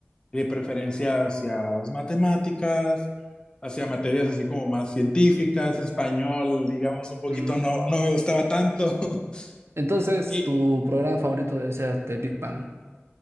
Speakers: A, on the left (about 20°); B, on the right (about 70°).
A: y de preferencia hacia las matemáticas, hacia materias así como más científicas, español, digamos, un poquito
B: mm,
A: no, no me gustaba tanto. <laughs>
B: entonces,
A: Y
B: tu programa favorito debe ser The Big Bang.